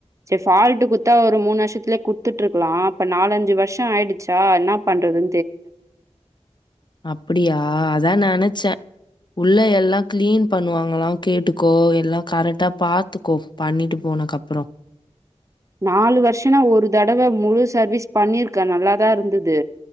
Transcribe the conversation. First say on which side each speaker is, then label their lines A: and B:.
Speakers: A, on the right (about 25°); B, on the left (about 40°).
A: சேரி ஃபால்ட் குட்த்த ஒரு மூணு வர்ஷத்ல குட்த்துட் இருக்லா நாலஞ்சு வர்ஷோ ஆய்டுச்சா என்ன பண்றது
B: அப்டியா அதா நா நெனச்சே உள்ள எல்லா க்ளீன் பண்ணுவாங்ளா கேட்டுக்கோ எல்லா கரெக்டா பாத்துக்கோ பண்ணிட்டு போனக்கப்ரோ
A: நாலு வர்ஷோனா ஒரு தடவ முழுச சர்வீஸ் பண்ணிருக்கே நல்லாதா இருந்துது